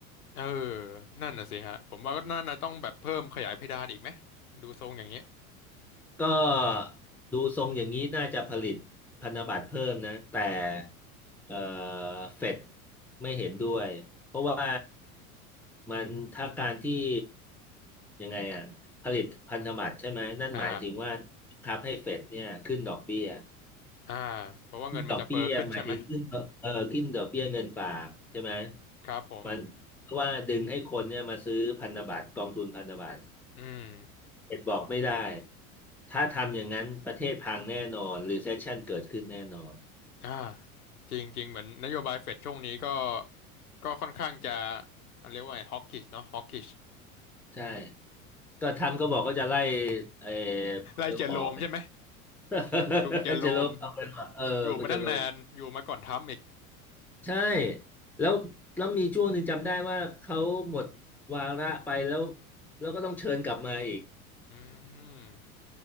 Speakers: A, on the left; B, in the centre.
A: เออ นั่นน่ะสิฮะ ผมว่าน่าน่ะต้องแบบเพิ่มขยายเพดานอีกไหมดูทรงอย่างนี้
B: ก็ดูทรงอย่างนี้น่าจะผลิตพันธบัตรเพิ่มนะแต่เอ่อเฟดไม่เห็นด้วยเพราะว่ามันถ้าการที่ยังไงอ่ะผลิตพันธบัตรใช่ไหมนั่นหมายถึงว่า
A: อ่า
B: ทับให้เฟดเนี่ยขึ้นดอกเบี้ย
A: อ่า เพราะว่าเงินมันจะเฟ้อขึ้นใช่ไหม
B: ขึ้นดอกเบี้ยหมายถึงขึ้นเออเอ่อขึ้นดอกเบี้ยเงินฝากใช่ไหม
A: ครับผม
B: มันเพราะว่าดึงให้คนเนี่ยมาซื้อพันธบัตรกองทุนพันธบัตร
A: อืม
B: เด็กบอกไม่ได้ ถ้าทำอย่างนั้นประเทศพังแน่นอนรีเซ s ชันเกิดขึ้นแน่นอน
A: อ่าจริงจริงเหมือนนโยบายเฟดช่วงนี้ก็ก็ค่อนข้างจะเรียกว่าไงฮอกกิชเนาะฮอกกิช
B: ใช่ก็ทำก็บอกก็จะไล่เออ
A: ไล่เจอโรมใช่ไหม
B: เออออกไง <laughs>
A: ลุงเจอโรม
B: จะลบเอาไปว่าเออก็จะลบ
A: อยู่มาตั้งนานอยู่มาก่อนทรัมป์อีก
B: ใช่แล้วแล้วมีช่วงหนึ่งจำได้ว่าเขาหมดวาระไปแล้วแล้วก็ต้องเชิญกลับมาอีก
A: อืม